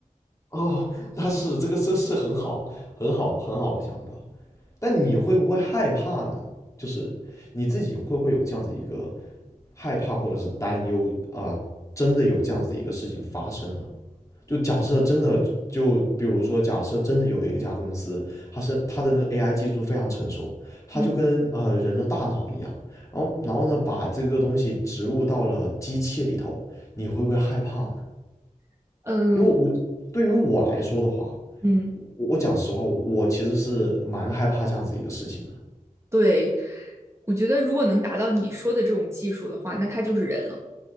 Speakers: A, on the left; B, on the right.
A: 哦，那是这个，这是很好，很好，很好的想法。但你会不会害怕呢？就是你自己会不会有这样子一个害怕或者是担忧啊、呃真的有这样子的一个事情发生了？就假设真的，就比如说，假设真的有一家公司，它是它的那个 AI 技术非常成熟，它就跟呃人的大脑一样，
B: 嗯
A: 然后然后呢，把这个东西植入到了机器里头，你会不会害怕呢？
B: <laughs> 嗯
A: 因为我对于我来说的话，
B: 嗯，
A: 我我讲实话，我我其实是蛮害怕这样子一个事情的。
B: 对，我觉得如果能达到你说的这种技术的话，那它就是人了。